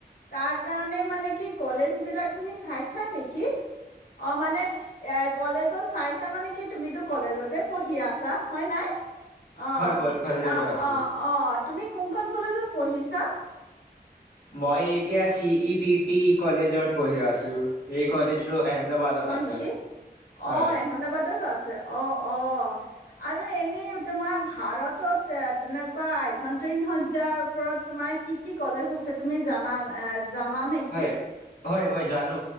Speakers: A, on the left (about 70°); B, on the left (about 85°).
A: তাৰ কাৰণে মানে কি কলেজ বিলাক তুমি চাইছা নেকি? অ, মানে এ কলেজত চাই চা মানে কি তুমিতো কলেজতে পঢ়ি আছা হয় নাই? অ',
B: হয় ব- কলেজতে
A: আ,
B: আছো।
A: অ', অ'। তুমি কোনখন কলেজত পঢ়িছা?
B: মই এতিয়া চি ই পি টি কলেজত পঢ়ি আছো, এই কলেজটো আহমেদাবাদত
A: হয়
B: আছে।
A: নেকি?
B: হয়,
A: অ', এহমেদাবাদত আছে, অ অ আৰু এনেই তোমাৰ ভাৰতত এ তেনেকুৱা আভ্যন্তৰীণ সজ্জাৰ ওপৰত তোমাৰ কি কি কলেজ আছে, তুমি জানা এ জানা নেকি?
B: হয়, হয়, মই জানো।